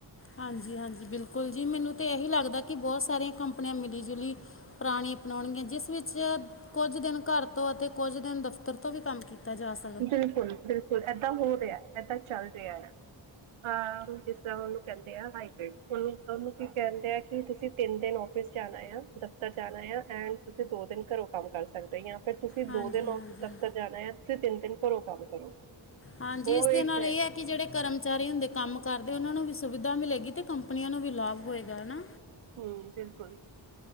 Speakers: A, on the left; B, on the right.
A: ਹਾਂਜੀ- ਹਾਂਜੀ, ਬਿਲਕੁਲ ਜੀ, ਮੈਨੂੰ ਤਾਂ ਐਹੀ ਲੱਗਦਾ ਕਿ ਬੋਤ ਸਾਰੀਆਂ ਕੰਪਨੀਆਂ ਮਿਲੀ-ਜੁਲੀ ਪੁਰਾਣੀ ਅਪਨਾਉਨਗੀਆਂ, ਜਿਸ ਵਿੱਚ ਕੁੱਝ ਦਿਨ ਘਰ ਤੋਂ ਅਤੇ ਕੁੱਝ ਦਿਨ ਦਫ਼ਤਰ ਤੋਂ ਵੀ ਕੰਮ ਕੀਤਾ ਜਾ, ਸ
B: ਬਿਲਕੁਲ -ਬਿਲਕੁਲ, ਏਦਾਂ ਹੋ ਰੇਐ, ਏਦਾਂ ਚੱਲ ਰੇਐ। ਹਾਂ, ਜਿਸ ਤਰ੍ਹਾਂ ਉਨੂੰ ਕੈਂਦੇ ਆ ਹਾਈਬ੍ਰਿਡ, ਉਨੂੰ -ਉਨੂੰ ਕੀ ਕੈਂਦੇ ਆ ਕਿ ਤੁਸੀਂ ਤਿੰਨ ਦਿਨ ਔਫਿਸ ਜਾ ਰੇ ਆ, ਦਫ਼ਤਰ ਜਾ ਰੇ ਆ, ਐਂਡ ਤੁਸੀਂ ਦੋ ਦਿਨ ਘਰੋਂ ਕੰਮ ਕਰ ਸਕਦੇ ਆ। ਫਿਰ ਤੁਸੀਂ
A: ਹਾਂਜੀ
B: ਦੋ- ਤਿੰਨ
A: ਹਾਂਜੀ
B: ਲੋਗ ਦਫ਼ਤਰ ਜਾ ਰੇ ਐ, ਤੁਸੀਂ ਤਿੰਨ ਤਿੰਨ ਘਰੋਂ ਕੰਮ ਕਰੋਗੇ।
A: ਹਾਂਜੀ,
B: ਉਹ
A: ਇਸਦੇ
B: ਇੱਕ
A: ਨਾਲ ਏਅ ਹੈ ਕਿ ਜੇੜੇ ਕਰਮਚਾਰੀ ਹੁੰਦੇ ਕੰਮ ਘਰਦੇ ਉਨਾਂ ਨੂੰ ਵੀ ਸੁਵਿਧਾ ਮਿਲੇਗੀ 'ਤੇ ਕੰਪਨੀਆਂ ਨੂੰ ਵੀ ਲਾਭ ਹੋਏਗਾ, ਹੈਨਾ?
B: ਹੂੰ, ਬਿਲਕੁਲ,